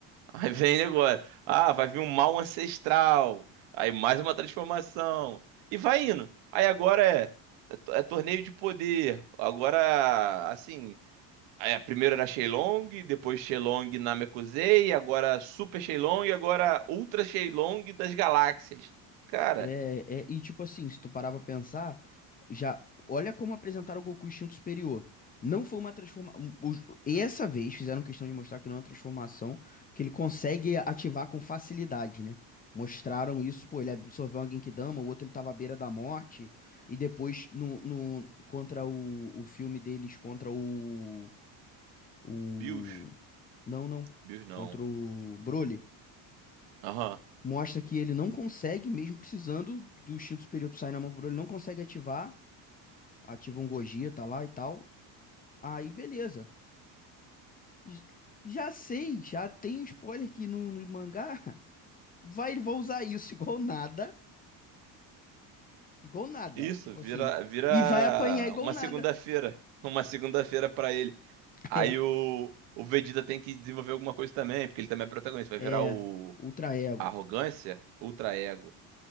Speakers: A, on the right; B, on the left.
A: Aí vem negócio. Ah, vai vir um mal ancestral. Aí mais uma transformação. E vai indo. Aí agora é, é, to- é torneio de poder. Agora, assim. É, primeiro era Shenlong, depois Shenlong Namekusei, agora Super Shenlong e agora Ultra Shenlong das galáxias. Cara,
B: É, é, e tipo assim, se tu parar pra pensar, já olha como apresentaram o Goku instinto superior. Não foi uma transformação. Essa vez fizeram questão de mostrar que não é uma transformação, que ele consegue ativar com facilidade, né? Mostraram isso, pô, ele absorveu uma Genkidama, o outro ele tava à beira da morte, e depois no, no- contra o, o filme deles, contra o, o.
A: Bills.
B: Não, não.
A: Bills não.
B: Contra o Broly.
A: Aham.
B: Mostra que ele não consegue, mesmo precisando do instinto superior sair na mão com ele não consegue ativar. Ativa um Gogeta tá lá e tal. Aí, beleza. J- Já sei, já tem um spoiler que no, no mangá <laughs> vai, ele vai usar isso <laughs> igual nada. Igual nada.
A: Isso,
B: Tipo
A: vira,
B: assim.
A: vira
B: E vai apanhar igual
A: uma
B: nada.
A: segunda-feira.
B: <laughs>
A: <laughs> Uma segunda-feira pra ele. Aí
B: É.
A: o, o Vegeta tem que desenvolver alguma coisa também, porque ele também é protagonista. Vai
B: É.
A: virar o
B: Ultra ego.
A: Arrogância, Ultra Ego.